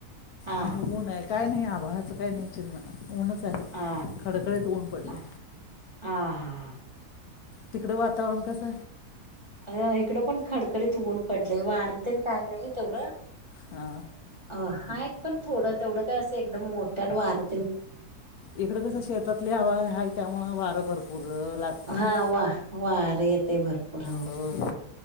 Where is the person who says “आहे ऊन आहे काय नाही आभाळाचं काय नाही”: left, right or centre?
Left